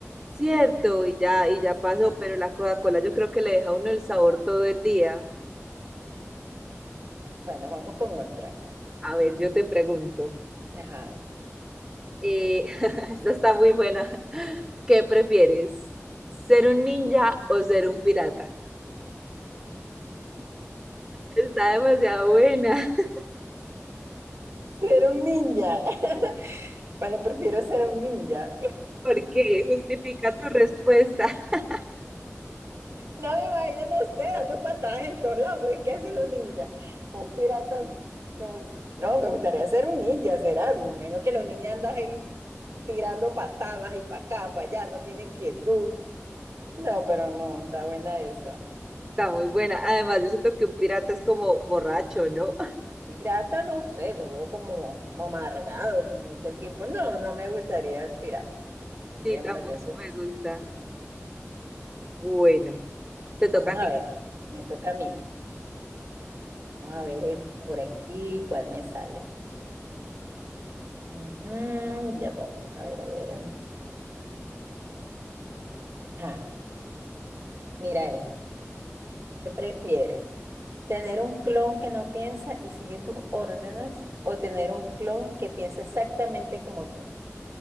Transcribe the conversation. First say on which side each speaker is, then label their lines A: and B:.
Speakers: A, on the right (about 25°); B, on the right (about 70°).
A: cierto, y ya, y ya pasó,
B: Sí.
A: pero la Coca-Cola yo creo que le deja a uno el sabor todo el día.
B: Bueno, vamos con otra.
A: A ver, yo te pregunto,
B: Ajá.
A: eh, <laughs> esta está muy buena, <laughs> ¿qué prefieres? ¿Ser un ninja o ser un pirata? Está demasiado buena, <laughs>
B: Ser un ninja. <laughs> Bueno, prefiero ser un ninja.
A: porque justifica tu respuesta, <laughs>
B: No me imagino, no sé, dando patadas en todos lados, porque ¿qué hacen los ninjas? Un pirata, no, s- no, me gustaría ser un ninja, será, me imagino que los ninjas andan en- tirando patadas y para acá, para allá, no tienen quietud. No, pero no, está buena esa.
A: está muy buena, además yo siento que un pirata es como borracho, ¿no?
B: Un pirata, no sé, lo veo como, como amargado, como todo el tiempo. No, no me gustaría el pirata, no
A: Sí,
B: me llama
A: tampoco
B: la atención.
A: me
B: eso.
A: gusta. Bueno, te toca
B: Vamos
A: a
B: a
A: ti.
B: ver, me toca a mí. Vamos a ver esto por aquí, cuál me sale. Ujú, ya vamos a ver, a ver. Ajá, mira este. ¿Qué prefiere? ¿Tener un clon que no piensa y sigue tus órdenes o tener un clon que piensa exactamente como tú?